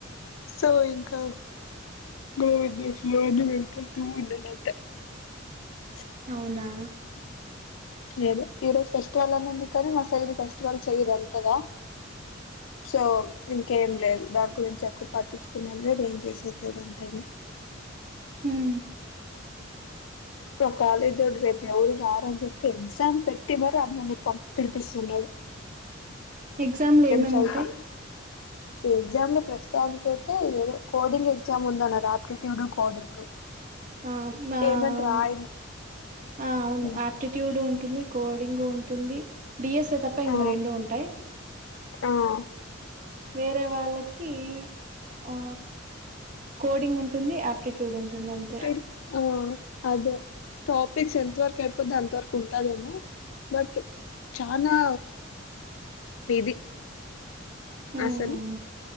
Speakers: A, on the left; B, on the right.
A: సో ఇంకా గోవిద్యేశలో అని వెళ్ళపోతూ ఉన్నానుంత <unintelligible>
B: అవునా
A: లేదు ఈ రోజు ఫెస్టివల్ అని ఉంది కదనీ మా సైలి ఫెస్టివల్ చెయదు కదా సో ఇంకేం లేదు దాని గురించి పట్టించుకునేళ అది ఏం చేసొద్దద అంటేను
B: హు
A: ఇ కాలేజ్ దోడ రేపు ఎవరు రారాంచేప్ ఎక్సామ్ పెట్టి మ అందని పం పినిపిస్తున్నాడు <unintelligible>
B: ఆ ఎగ్జామ్లు ఏమేమి
A: చదువుతా
B: ఉంటాయి
A: ఎగ్జామ్ లో ప్రశ్న దానికైతే కోడింగ్ ఎగ్జానికి అయితే ఏదో కోడింగ్ ఎగ్జామ్ ఉందన్నారు యాప్టిట్యూడు కోడింగ్
B: ఆ మామ్
A: ఏమని రాయము
B: అవును
A: మ్మ్.
B: ఆయాప్టిట్యూడ్ ఉంటుంది కోడింగ్ ఉంటుంది డిఎస్ఏ తప్ప ఇంకా
A: ఆ
B: రెండు ఉంటాయి
A: ఆ
B: వేరే వాళ్ళకి అ కోడింగ్ ఉంటుంది అప్లి చూడంటుంది అంతే
A: ఇక్కడ ఆ అదే టాపిక్స్ ఎంత వరకు అయిపోది అంత వరకు ఉంటాదేమో బట్ చనా విది
B: హ్మ్
A: అసలు